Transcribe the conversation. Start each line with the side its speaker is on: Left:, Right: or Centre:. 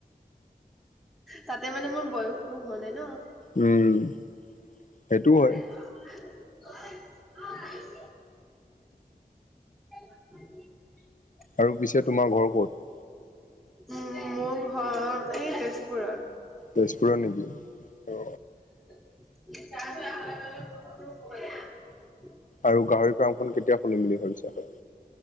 Centre: তাতে মানে মোৰ বয়সটো হোৱা নাই ন।
Left: উম সেইটোও
Centre: <unintelligible>
Left: হয়
Centre: <unintelligible>
Left: আৰু পিছে তোমাৰ ঘৰ ক'ত?
Centre: উম মোৰ ঘৰ এই তেজপুৰত।
Left: তেজপুৰৰ নেকি অ?
Centre: তাৰ হয় হ বলে কোনো।
Left: আৰু গাহৰি ফাৰ্ম খন কেতিয়া খুলিম বুলি ভাবিছা।